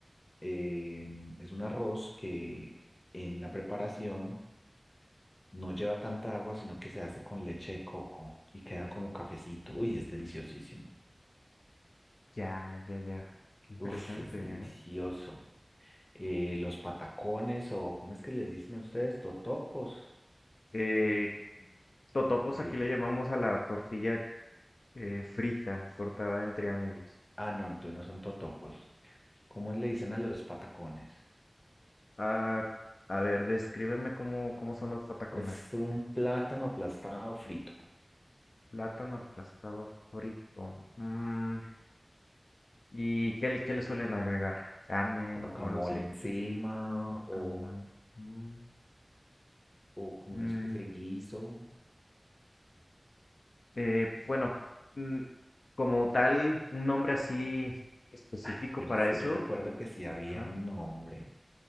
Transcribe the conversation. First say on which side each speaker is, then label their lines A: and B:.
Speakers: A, on the left; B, on the left.
A: Eh, es un arroz que en la preparación No lleva tanta agua, sino que se hace con leche de coco y queda como cafecito. Uy, es deliciosísimo.
B: Ya, ya, ya. Qué interesante,
A: Uf, es delicioso.
B: ¿eh?
A: Eh, los patacones o, ¿cómo es que les dicen ustedes? Totopos.
B: Eh, totopos
A: Eh,
B: aquí le llamamos a la tortilla eh, frita, cortada en triángulos.
A: ah, no, entonces no son totopos. ¿Cómo le dicen a los patacones?
B: Ah, a ver, descríbeme cómo, cómo son los patacones.
A: Es
B: fíjate.
A: un plátano aplastado frito,
B: Plátano aplastado frito. Mm, ¿y qué, le- qué le suelen agregar? ¿Carne
A: guacamole
B: o algo así?
A: encima
B: Guacamole.
A: o,
B: Mm,
A: o como
B: mm,
A: una especie de guiso.
B: eh, bueno, mm, como tal, un nombre así específico
A: Ay, pero
B: para
A: es que
B: eso.
A: yo recuerdo que sí había
B: ajá,
A: un nombre.